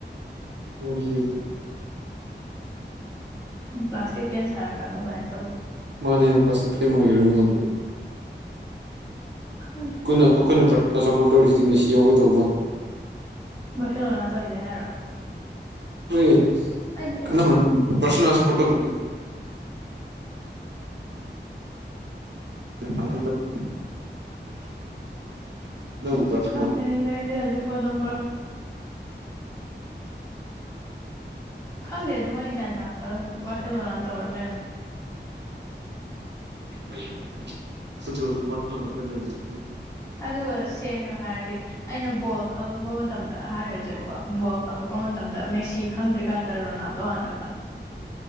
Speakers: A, on the right (about 70°); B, on the left (about 15°).
A: ꯑꯣꯔꯤ
B: ꯎ ꯄ꯭ꯂꯥꯁꯇꯤꯛ ꯄꯦꯟ ꯁꯥꯔꯛꯀꯅꯨ ꯀꯥꯏꯅ ꯇꯧꯕ
A: ꯃꯥꯅꯦꯩꯅ ꯄꯁꯁꯤꯤꯛꯈꯤꯕꯦꯅ ꯀꯘꯃꯤꯣ
B: ꯈꯪ꯭ꯗꯦ
A: ꯑꯩꯈꯣꯏꯅ ꯑꯩꯈꯣꯏꯅ ꯄ꯭ꯔꯥꯄꯣꯔꯠ ꯇꯧꯔꯤꯁꯤꯗꯤ ꯃꯦꯁꯤ ꯌꯥꯎꯋꯦ ꯇꯧꯕ
B: ꯁꯔꯣꯅꯥꯇ ꯑꯣꯏꯗꯦ ꯍꯥꯏꯔ
A: ꯍꯣꯏ
B: ꯑꯩꯗꯤ
A: ꯀꯃꯅ ꯄꯁꯅꯁ ꯄꯠꯣꯛ l <inaudible>
B: <inaudible>
A: ꯍꯕ
B: ꯈꯪꯗꯦ ꯑꯗꯨꯗꯤ ꯑꯩꯗꯤ ꯍꯧꯖꯤꯛꯐꯥꯎ ꯑꯗꯨꯝ ꯈꯪꯗꯦ ꯑꯗꯨꯝ ꯑꯩ ꯒ꯭ꯌꯥꯟ ꯇꯥꯔꯛꯄꯗ ꯋꯥꯈꯜꯂꯣꯟꯥꯟ ꯇꯧꯔ ꯂꯩꯔꯝꯃꯦ
A: ꯍꯧ ꯄꯁ ꯀ ꯆ
B: ꯑꯗꯨꯒ ꯁꯦꯡꯅ ꯍꯥꯏꯔꯗꯤ ꯑꯩꯅ ꯕꯣꯜ ꯈꯪꯉꯛꯄ ꯃꯇꯝꯗ ꯍꯥꯏꯔꯁꯦꯕꯀꯣ ꯕꯣꯜ ꯈꯪꯉꯛꯄ ꯃꯇꯝꯗ ꯃꯦꯁꯤ ꯈꯪꯗ꯭ꯔꯤꯀꯥꯟꯗ ꯔꯣꯅꯥꯜꯗꯣ ꯍꯥꯟꯅ ꯈꯪꯉꯦ